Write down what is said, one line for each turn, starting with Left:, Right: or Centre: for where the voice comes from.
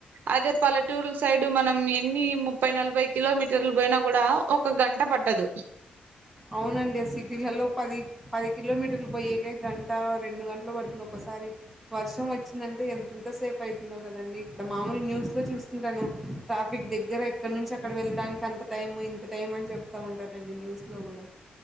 Right: అదే పల్లెటూర్లు సైడ్ మనం ఎన్ని ముప్పై నలభై కిలోమీ టర్లు పోయినా కూడా ఒక గంట పట్టదు
Centre: అవునండి ఆ సిటీలలో పది పది కిలోమీటర్లు పోయేకే గంట రెండు గంటలు పడుతుంది ఒక్కసారి వర్షం వచ్చిందంటే ఎంతెంత సేపు అయితుందో కదండి ఇక్కడ మామూలు న్యూస్‌లో చూస్తుంటాను ట్రాఫిక్ దగ్గర ఇక్కడ నుంచి అక్కడ వెళ్ళడానికి అంత టైం ఇంత టైం అని చెప్తా ఉంటారంండి న్యూస్‌లో కూడా